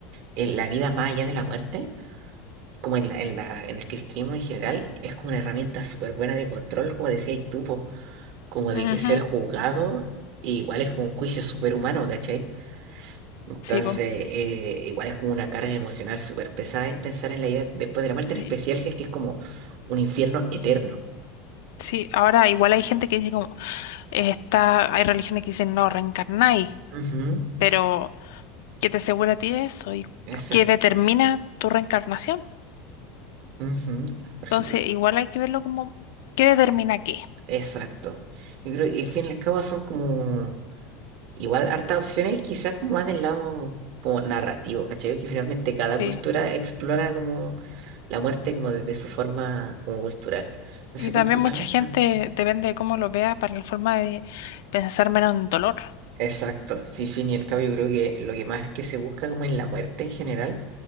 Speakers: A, on the right; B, on the left.
A: en la vida más allá de la muerte, como en la, en la, en el cristianismo en general, es como una herramienta súper buena de control, como decías tú, po, como
B: ujú,
A: de que ser juzgado, igual es como un juicio súper humano, ¿cachai? Entonces,
B: sí, po,
A: eh, igual es como una carga emocional súper pesada el pensar en la vida después de la muerte,
B: sí,
A: en especial si es que es como un infierno eterno.
B: sí. Ahora igual hay gente que dice como, eh, está, hay religiones que dicen no, reencarnáis,
A: Ujú,
B: pero ¿qué te asegura a ti de eso? ¿Y
A: Exacto.
B: qué determina tu reencarnación?
A: ujú, por ejemplo,
B: Entonces, igual hay que verlo como, ¿qué determina qué?
A: Exacto. Yo creo que al fin y al cabo son como Igual, hartas opciones quizás como más del lado como narrativo, ¿cachai? Que finalmente cada
B: Sí.
A: cultura explora como la muerte como desde su forma como cultural. Entonces
B: Y
A: encuentro
B: también
A: igual,
B: mucha gente,
A: ¿no? Ujú.
B: depende de cómo lo vea, para la forma de pensar menos en dolor.
A: Exacto, sí, fin y al cabo yo creo que lo que más que se busca como en la muerte en general